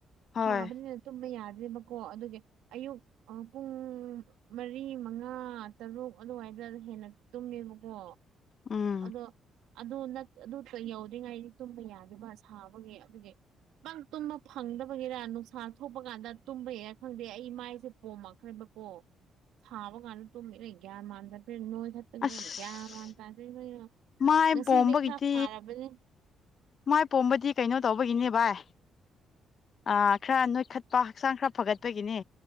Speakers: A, on the left (about 50°); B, on the right (about 80°).
A: ꯍꯣꯏ
B: ꯁꯥꯕꯅꯤꯅ ꯇꯨꯝꯕ ꯌꯥꯗ꯭ꯔꯦꯕꯀꯣ ꯑꯗꯨꯒꯤ ꯑꯌꯨꯛ ꯑꯥ ꯄꯨꯡ ꯃꯔꯤ ꯃꯉꯥ ꯇꯔꯨꯛ ꯑꯗꯨꯋꯥꯏꯗ ꯍꯦꯟꯅ ꯇꯨꯝꯃꯦꯕꯀꯣ
A: ꯎꯝ
B: ꯑꯗꯣ ꯑꯗꯨ ꯅꯠ ꯑꯗꯨꯗꯣ ꯌꯧꯗ꯭ꯔꯤꯉꯩꯗꯤ ꯇꯨꯝꯕ ꯌꯥꯗꯦꯕ ꯁꯥꯕꯒꯤ ꯑꯗꯨꯒꯤ ꯄꯪ ꯇꯨꯝꯕ ꯐꯪꯗꯕꯒꯤꯔꯥ ꯅꯨꯡꯁꯥ ꯊꯣꯛꯄ ꯀꯥꯟꯗ ꯇꯨꯝꯕꯒꯤꯔ ꯈꯪꯗꯦ ꯑꯩ ꯃꯥꯏꯁꯦ ꯄꯣꯝꯃꯛꯈ꯭ꯔꯦꯕ ꯀꯣ ꯁꯥꯕ ꯀꯥꯟꯗ ꯇꯨꯝꯃꯤꯔ ꯒ꯭ꯌꯥꯟ ꯃꯥꯟ ꯇꯥꯗ꯭ꯔꯦ ꯅꯣꯏꯈꯠꯄꯒꯤꯔꯥ
A: ꯑꯁ
B: ꯒ꯭ꯌꯥꯟ ꯃꯥꯟ ꯇꯥ ꯗ꯭ꯔꯤꯕꯩꯔꯥ
A: ꯃꯥꯏ
B: ꯉꯁꯤꯗꯤ
A: ꯄꯣꯝꯕꯒꯤꯗꯤ
B: ꯈꯔ ꯐꯥꯔꯕꯅꯤ
A: ꯃꯥꯏ ꯄꯣꯝꯕꯗꯤ ꯀꯩꯅꯣ ꯇꯧꯕꯒꯤꯅꯦ ꯚꯥꯏ ꯑꯥ ꯈꯔ ꯅꯣꯏꯈꯠꯄ ꯍꯛꯆꯥꯡ ꯈꯔ ꯐꯒꯠꯄꯒꯤꯅꯦ